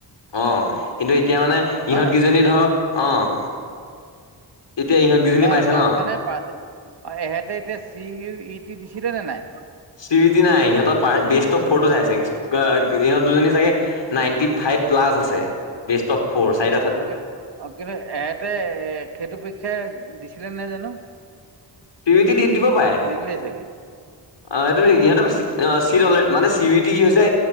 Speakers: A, on the left; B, on the right.
A: অ' কিন্তু এতিয়া মানে
B: হয়
A: ইহঁতকেইজনী
B: নহয়?
A: ধৰক অ' এতিয়া ইহঁত কেইজনী
B: নহয়
A: পাইছে
B: তাত
A: ন
B: মানে পাৰ্চ অ এহেঁতে এতিয়া চি ইউ ই টি দিছিলে নে নাই?
A: চি উ ই টি নাই। সিহঁতৰ বেষ্ট অ ফটো চাইছে ইহঁত দুজনী চাগে নাইনটি ফাইভ প্লাছ আছে, বেষ্ট অফ ফ'ৰ। চাৰি
B: অ' কি কিন্তু এহতে এ সেইটো পৰিক্ষা দিছিলে নে জানো?
A: চি উ ই টি দি দিব পাৰে।
B: নিদিলেই চাগে।
A: অ এইটো ইহঁতৰ অ' চিট অল মানে চি ইউ টি কি হৈছে